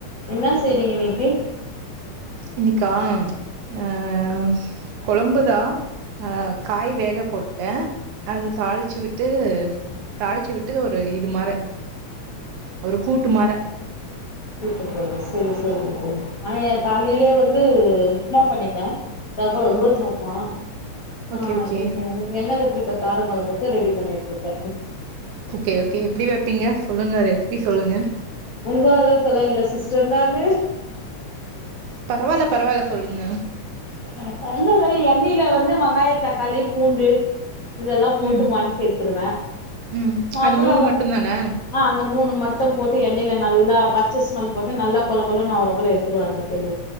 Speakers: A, on the left; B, on the right.
A: என்ன செய்றீங்க இன்னைக்கு
B: இன்னைக்கா அ கொழம்புதா அ காய் வேக போட்டே அத தாளிச்சு விட்டு தாளிச்சி விட்டு ஒரு இது மாரி ஒரு கூட்டு மார
A: ம் சேரி சேரி நான் என் காலையிலயே வந்து உப்புமா பண்ணிட்டேன் ரவெ கோதுமைஉப்புமா
B: ஓகே ஓகே
A: ஆன்
B: ஓகே
A: என்னெ கத்ரி காரகொழம்புக்கு ரெடி பண்ணிட்டு இருக்க
B: ஓகே ஓகே எப்டி வைப்பீங்க சொல்லுங்க ரெசிபி சொல்லுங்க
A: உங்க அளவுக்கலாம் இல்ல சிஸ்டர் நானு
B: பரவாயில்ல பரவாயில்ல சொல்லுங்க
A: அட ஒண்ணு இல்ல எண்ணெயில வந்து வெங்காய தக்காளி பூண்டு இதெல்லாம் போட்டு
B: ம்
A: வாண்க்கி எத்துருவேன்
B: ம் அது
A: அப்புறம்
B: மூணு
A: வந்து
B: மட்டுந்தானா
A: ஆ அந்த மூணு மட்டும் போட்டு எண்ணெயில நல்லா பச்சை ஸ்மெல் போட்டு நல்ல கொல கொலன்ன ஆவர போல எடுத்துருவங்க தோழி